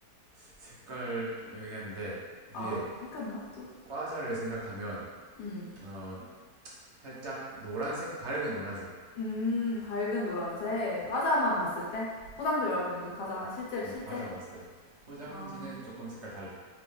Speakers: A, on the right; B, on the left.
A: 색깔 좀 애매한데, 이게
B: 아 섞였나 좀?
A: 과자를 생각하면,
B: 음
A: 어, 살짝 노란색, 밝은 노란색이요.
B: 음, 밝은 노란색. 과자만 봤을 때? 포장지 말고 그냥 그 과자. 실제,
A: 이게
B: 실제.
A: 과자 봤을 때. 포장지는
B: 아,
A: 조금 색깔 달라.